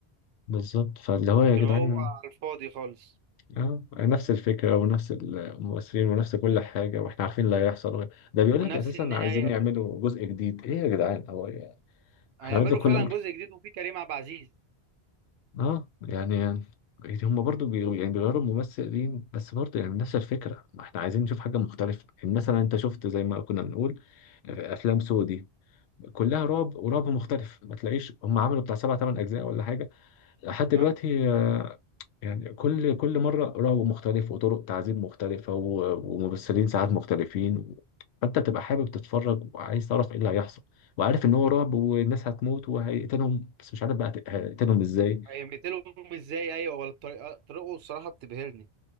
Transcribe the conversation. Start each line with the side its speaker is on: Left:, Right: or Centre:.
Left: بالظبط فاللي هو يا
Right: لكن
Left: جدعان
Right: هو على الفاضي خالص
Left: اه نفس الفكرة ونفس الممثلين ونفس كل حاجة واحنا عارفين اللي هيحصل ده بيقول
Right: ونفس
Left: لك اساسا
Right: النهاية
Left: عايزين يعملوا جزء جديد ايه يا جدعان هو
Right: هيعملوا
Left: احنا هنفضل كل
Right: فعلا
Left: مرة
Right: جزء جديد وفيه كريم عبد العزيز
Left: اه يعني يعني هم برضو بي- يعني بيغيروا الممثلين بس برضو يعني نفس الفكرة ما احنا عايزين نشوف حاجة مختلفة يعني مثلا انت شفت زي ما كنا بنقول آه، افلام سودي كلها رعب ورعب مختلف ما تلاقيش هم عملوا بتاع سبع ثمان اجزاء ولا حاجة لحد دلوقتي
Right: اه
Left: آه، يعني كل كل مرة رعب مختلف وطرق تعذيب مختلفة و- وممثلين ساعات مختلفين فانت بتبقى حابب تتفرج وعايز تعرف ايه اللي هيحصل وعارف ان هو رعب والناس هتموت وهيقتلهم بس مش عارف بقى هيقتلهم ازاي
Right: هيقتلهم ازاي ايوه ولا الطريقة طريقه الصراحة بتبهرني